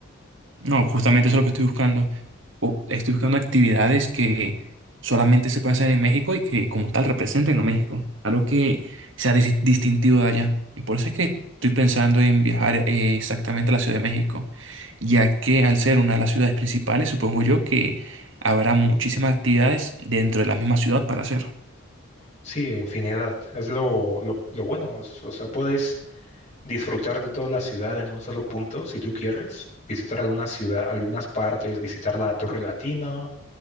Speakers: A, on the right; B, on the left.
A: No, justamente eso es lo que estoy buscando. Bu- Estoy buscando actividades que solamente se pueden hacer en México y que como tal representen a México. Algo que sea dis- distintivo de allá. Y por eso es que estoy pensando en viajar eh, exactamente a la Ciudad de México, ya que al ser una de las ciudades principales, supongo yo que habrá muchísimas actividades dentro de la misma ciudad para hacer.
B: Sí, infinidad. Es lo, lo, lo bueno. O sea, puedes disfrutar de toda la ciudad en un solo punto, si tú quieres, visitar alguna ciudad, algunas partes, visitar la Torre Latina,